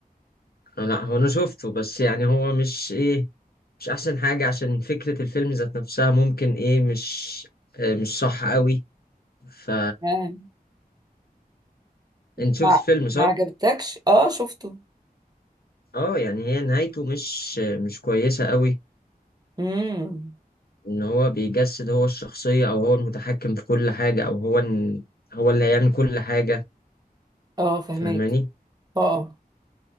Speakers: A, on the left; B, on the right.
A: آه، لا هو انا شفته بس يعني هو مش ايه مش احسن حاجة عشان فكرة الفيلم ذات نفسها ممكن ايه مش آه، مش صح قوي ف
B: آه،
A: انت شفت
B: ما
A: الفيلم صح
B: ما عجبتكش اه شفته
A: اه يعني هي نهايته مش آه، مش كويسة قوي
B: امم
A: ان هو بيجسد هو الشخصية او هو المتحكم في كل حاجة او هو ال- هو اللي هيعمل كل حاجة
B: اه فهماك
A: فاهماني
B: اه آه.